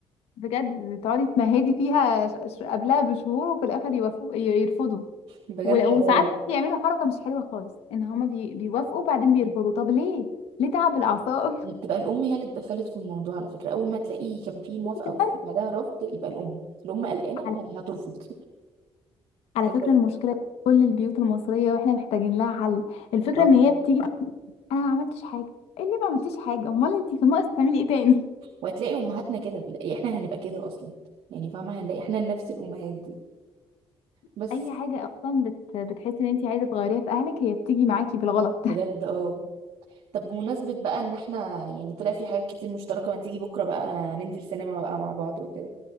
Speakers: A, on the left; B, on the right.
A: بجد تقعدي تمهدي فيها ش- ش- قبلها بشهور وفي الاخر يوافقوا ي- يرفضوا
B: بجد
A: ول- وساعات
B: اه
A: بقى بيعملوا حركه مش حلوه خالص ان هما بي... بيوافقوا بعدين بيرفضوا طب ليه ليه تعب الاعصاب
B: هي بتبقى الام هي اللي اتدخلت في الموضوع على فكره اول ما تلاقيه كان في موافقه
A: <laughs> كمان
B: وفي بعدها رفض يبقى الام الام قلقانه
A: على
B: يعني هترفض <laughs>
A: على
B: بجد
A: فكره المشكله دي في كل البيوت المصريه واحنا محتاجين لها حل الفكره
B: اه
A: ان هي بتيجي تقول انا ما عملتش حاجه إيه اللي ما عملتيش حاجه امال انت كان ناقص تعملي ايه تاني
B: وهتلاقي امهاتنا كده في الآ- احنا هنبقى كده اصلا يعني فاهمه هنلاقي احنا نفس الامهات دي
A: <laughs>
B: بس
A: اي حاجه اصلا بت... بتحسي ان انت عايزه تغيريها في اهلك هي بتيجي معاكي بالغلط
B: بجد اه طب بمناسبة بقى ان احنا يعني طلع في حاجات كتير مشتركة ما تيجي بكرة بقى ننزل سينما بقى مع بعض وكده